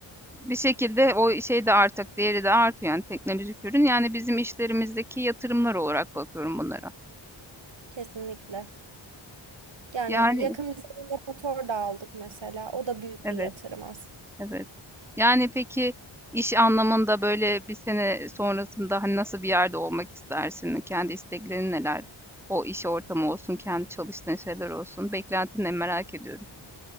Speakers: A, in the centre; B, on the right.
A: bir şekilde o şey de artık değeri de artıyor yani teknolojik ürün. Yani bizim işlerimizdeki yatırımlar olarak bakıyorum bunlara.
B: kesinlikle. Yani
A: Yani
B: yakın bir zamanda motor da aldık mesela. O da büyük
A: evet,
B: bir yatırım aslında.
A: evet. Yani peki iş anlamında böyle bir sene sonrasında hani nasıl bir yerde olmak istersin? Kendi isteklerin neler? O iş ortamı olsun, kendi çalıştığın şeyler olsun. Beklentini merak ediyorum.